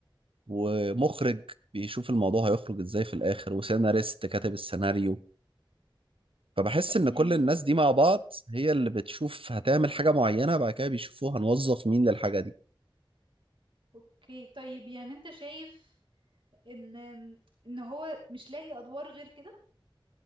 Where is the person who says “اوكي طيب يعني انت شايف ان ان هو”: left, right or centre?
Right